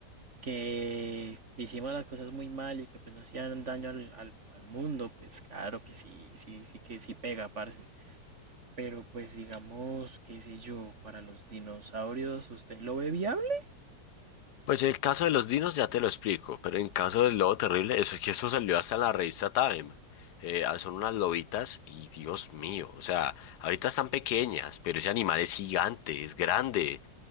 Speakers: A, on the right; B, on the left.
A: que hicimos las cosas muy mal y que pues no hacían daño al, al- al mundo, pues claro que sí, sí, sí que sí pega, parce. Pero pues digamos, qué sé yo, para los dinosaurios, ¿usted lo ve viable?
B: Pues el caso de los dinos ya te lo explico, pero en caso del lobo terrible, eso es que eso salió hasta en la revista Time. Eh, ah, son unas lobitas y Dios mío, o sea, ahorita están pequeñas, pero ese animal es gigante, es grande.